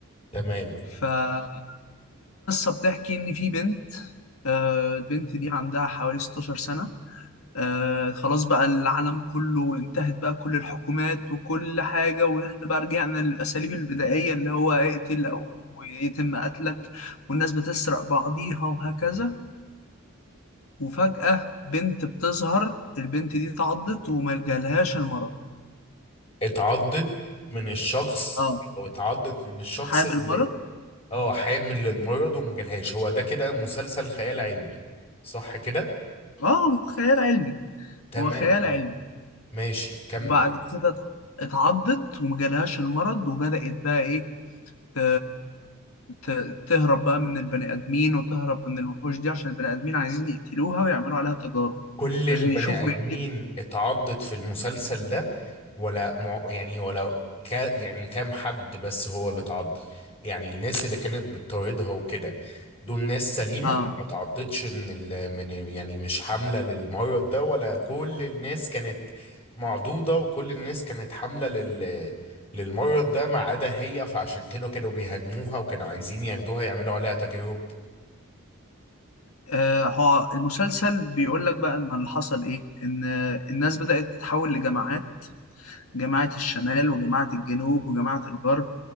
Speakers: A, on the left; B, on the left.
A: تمام
B: فالقصة بتحكي إن في بنت آه، البنت دي عندها حوالي 16 سنة آه، خلاص بقى العالم كله انتهت بقى كل الحكومات وكل حاجة ونحن بقى رجعنا للأساليب البدائية اللي هو اقتل أو يتم قتلك والناس بتسرق بعضيها وهكذا وفجأة بنت بتظهر البنت دي اتعضت وما جالهاش المرض
A: اتعضت من الشخص
B: اه
A: او اتعضت من الشخص
B: حامل
A: اللي
B: مرض
A: اه حامل للمرض ومجالهاش هو ده كده مسلسل خيال علمي صح كده
B: اه خيال علمي
A: تمام
B: هو خيال
A: اه
B: علمي
A: ماشي كمل
B: وبعد كده اتع- اتعضت وما جالهاش المرض وبدأت بقى ايه ت- ت- تهرب بقى من البني آدمين وتهرب من الوحوش دي عشان البني آدمين عايزين يقتلوها ويعملوا عليها تجارب
A: كل البني
B: عشان يشوفوا
A: ادمين
B: يعني
A: اتعضت في المسلسل ده ولا مع يعني ولا كا يعني كام حد بس هو اللي اتعض يعني الناس اللي كانت بتطاردها وكده دول ناس سليمة
B: اه
A: ما اتعضتش من ال من يعني مش حاملة للمرض ده ولا كل الناس كانت معضوضة وكل الناس كانت حاملة لل للمرض ده ما عدا هي فعشان كده كانوا بيهاجموها وكانوا عايزين ياخدوها يعملوا عليها تجارب
B: آه، هو المسلسل بيقول لك بقى ان اللي حصل ايه ان آه، الناس بدأت تتحول لجماعات جماعة الشمال وجماعة الجنوب وجماعة الغرب